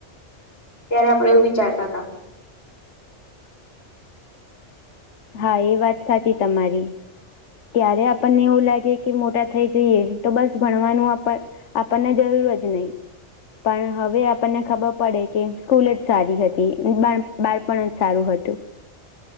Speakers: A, on the left; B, on the left.
A: ત્યારે આપડે એવું વિચારતા હતા.
B: હા એ વાત સાચી તમારી. ત્યારે આપણને એવું લાગે કે મોટા થઈ જઈએ તો બસ ભણવાનું આપ આપણને જરૂર જ નહી. પણ હવે આપણને ખબર પડે કે સ્કૂલ જ સારી હતી બાળપણ જ સારું હતું.